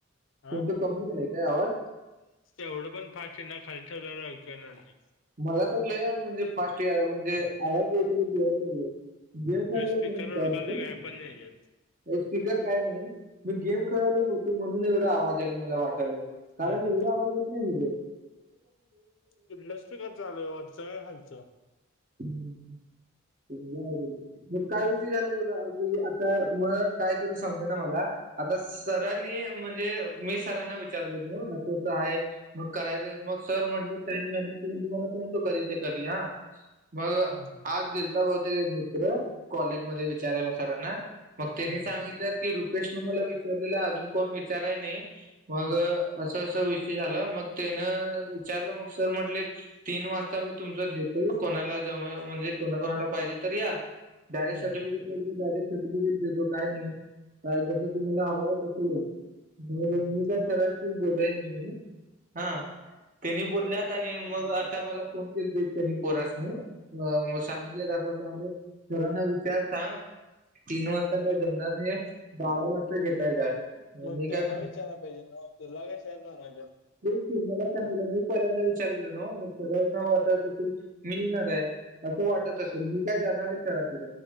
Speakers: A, on the left; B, on the right.
A: आ?
B: तुमचं कमी आलंय काय आवाज?
A: एवढं पण पाशी ना खालीच झा किंवा नाही <unintelligible>
B: मला तर लय म्हणजे फास्टर म्हणजे <unintelligible> <unintelligible>
A: मी स्पीकरवर उडकालोय काय पण नाही येत.
B: स्पीकर काय नाही, मी गेम खेळालोय बहुतेक म्हणून एवढा आवाज यायला मला वाटत. हँलो? कारण,
A: हम्म.
B: एवढ आवाज येत नाही तुझं.
A: कुठलं स्पीकर चालू आहे वरचं का खालचं
B: <unintelligible> मग <unintelligible> काय विषय झाल बघा आता मग. काय करू समजना मला. आता सरांनी म्हणजे, मी सरांना विचारलो <unintelligible> त आहे मग करायचं मग सर म्हटले, टाईम मेनेज तुम्हाला तो कधी ते करी या <unintelligible> मग
A: हम्म
B: आज गेलता बहुतेक मित्र, कॉलेजमध्ये विचारायला सरांना. मग त्यांनी
A: हम्म
B: सांगितलं की, रुपेश नु <unintelligible> मला विचारलेलं अजून कोण विचाराय नाही, मग-
A: हम्म
B: असं अस विषय झाला, मग तेनं विचारलं मग सर म्हटले- तीन वाजता मी तुमच घेतो, कोणाला जमा म्हणजे कोणा कोणाला पाहिजे तर या. डायरेक्ट
A: हम्म
B: सर्टिफिकेट <unintelligible> डायरेक्ट सर्टिफिकेट देतो. काही नाही, जस तुम्हाला हव <unintelligible> तस नाही,
A: हम्म
B: मी
A: हम्म
B: का सरा- तू बोलाय <unintelligible> मी हा. त्येंनी बोलल्यात आणि मग आता मला फोन केलतीत, त्येनी पोरासनी. अ.. मग सांगितले जात <unintelligible> सरांना विचार सांग तीन वाजता-
A: हम्म.
B: काय जमणार नाही, बारा वाजता घेताय काय?
A: मग
B: मी
A: त्यांना
B: काय-
A: <unintelligible>
B: बस मला सांगितलं मी पहिल्यांदा विचारलेलो, ना मग <unintelligible> कोरोना वाट त मिळणार आहे. असं वाटत असेल, मी काय जाणार नाही सराकड,